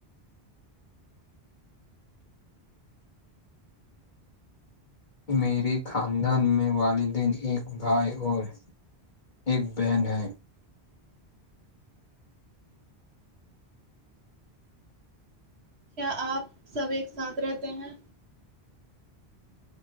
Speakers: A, on the left (about 45°); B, on the right (about 80°).
A: میرے خاندان میں والدین ایک بھائی اور ایک بہن ہے
B: کیا آپ سب ایک ساتھ رہتے ہیں